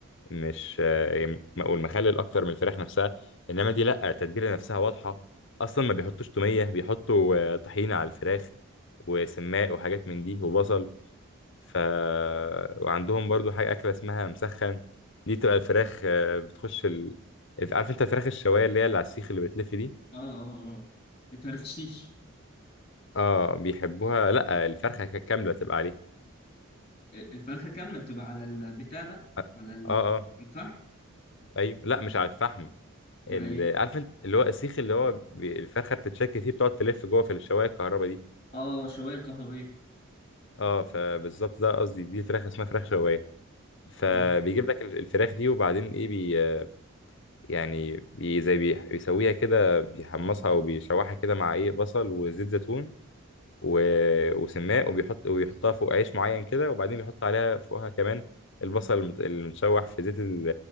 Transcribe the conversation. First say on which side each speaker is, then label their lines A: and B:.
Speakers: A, on the left; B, on the left.
A: مش آه، والمخلل اكتر من الفراخ نفسها انما دي لا التتبيله نفسها واضحه اصلا ما بيحطوش توميه بيحطوا آه، طحينه على الفراخ وسماق وحاجات من دي وبصل ف وعندهم برضو حاجه اكله اسمها مسخن دي تبقى الفراخ آه، بتخش ال... عارف انت الفراخ الشوايه اللي هي اللي على السيخ اللي بتلف دي
B: اه اه اه الترشيش
A: اه بيحبوها لا الفرخه كامله تبقى عليه
B: الفرخه كامله بتبقى على البتاع ده
A: اه
B: على ال-
A: اه آه،
B: الفحم
A: ايوه لا مش على الفحم
B: مع
A: ال-
B: إيه؟
A: عارف انت اللي هو السيخ اللي هو بي- الفرخه بتتشكل فيه بتقعد تلف جوه في الشوايه الكهرباء دي
B: اه شواية كهربية
A: اه فبالظبط ده قصدي دي فراخ اسمها فراخ شوايه فبيجيب
B: اه
A: لك ال- الفراخ دي وبعدين ايه بي يعني بي زي بي بيسويها كده بيحمصها وبيشوحها كده مع ايه بصل وزيت زيتون و... وسماق وبيحط وبيحطها فوق عيش معين كده وبعدين بيحط عليها فوقها كمان البصل المت- المتشوح في زيت ال-